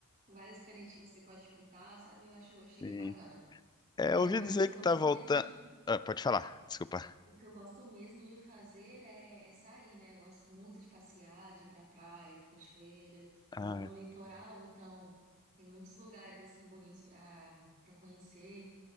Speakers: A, on the right; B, on the left.
A: com várias canetinhas que você pode pintar, sabe? Eu acho, eu achei
B: Sim.
A: bem bacana.
B: É,
A: Né?
B: eu ouvi
A: Mas
B: dizer
A: o que eu
B: que
A: gosto
B: tá voltando...
A: mesmo de
B: Ah, pode falar, desculpa.
A: O que eu gosto mesmo de fazer é, é sair, né? Eu gosto muito de passear, de ir pra praia, pra cachoeira.
B: Ah,
A: Eu moro no litoral, então tem muitos lugares assim bonitos pra para conhecer.